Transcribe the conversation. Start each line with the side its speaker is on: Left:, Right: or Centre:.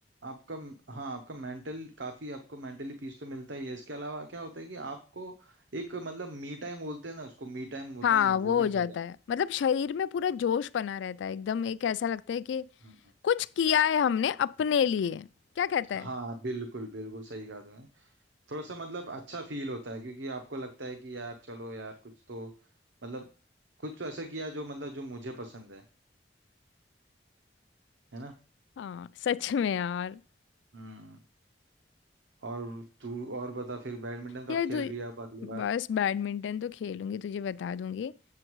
Right: आपका हाँ आपका मेंटल काफी आपको मेंटली पीस तो मिलता ही है इसके अलावा क्या होता है कि आपको एक मतलब मी टाइम बोलते हैं ना उसको मी टाइम होता
Left: हाँ
Right: है ना वो
Left: वो
Right: भी
Left: हो
Right: मिल
Left: जाता
Right: जाता
Left: है मतलब शरीर में पूरा जोश बना रहता है एकदम एक ऐसा लगता है कि
Right: है हम्म
Left: कुछ किया है हमने अपने लिए क्या कहता है
Right: हाँ बिल्कुल बिल्कुल सही कहा तुमने थोड़ा सा मतलब अच्छा फील होता है क्योंकि आपको लगता है कि यार चलो यार कुछ तो मतलब कुछ तो ऐसा किया जो मतलब जो मुझे पसंद है है ना
Left: हाँ सच में यार
Right: हम्म और तू और बता फिर बैडमिंटन
Left: ये
Right: कब खेल
Left: तू
Right: रही है आप अगली बार
Left: बस बैडमिंटन तो खेलूंगी तुझे बता दूंगी